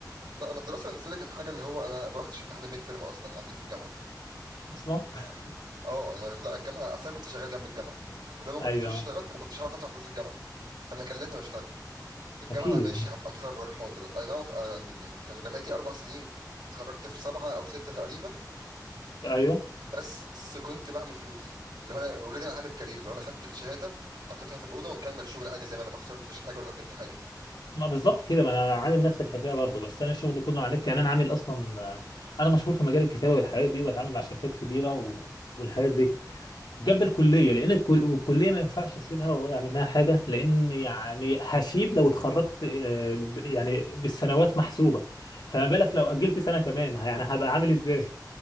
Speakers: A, on the right; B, on the left.
A: لا انا الدراسه بالنسبه لي كانت حاجه اللي هو انا ما رحتش امتحان الميد ترم اصلا عندي في الجامعه
B: اصلا <laughs>
A: اه انا لا الجامعه اصلا كنت شغال جنب الجامعه ولو ما كنتش
B: ايوه
A: اشتغلت
B: آه.
A: ما كنتش عارف ادفع فلوس الجامعه فانا كان لازم اشتغل الجامعة
B: اكيد
A: ماشي هبقى اتخرج حاضر اي نعم أه، يعني كان جامعتي اربع سنين اتخرجت في سبعة او ستة تقريبا
B: ايوه
A: بس كنت بعمل فلوس اللي هو انا اوريدي انا عامل كارير اللي هو انا خدت الشهادة حطيتها في الأوضة ومكمل شغل عادي زي ما انا ما خسرتش حاجة ولا قدمت حاجة
B: ما بالظبط كده ما انا عامل نفس الحكايه برضه بس انا شغلي كله على النت يعني انا عامل اصلا انا مشهور في مجال الكتابه والحاجات دي وبتعامل مع شركات كبيره و... والحاجات دي جنب الكليه لان الكل... الكليه ما ينفعش اسيبها واضيع منها حاجه لان يعني هشيب لو اتخرجت آه، ب- يعني بالسنوات محسوبه فما بالك لو اجلت سنه كمان يعني هبقى عامل ازاي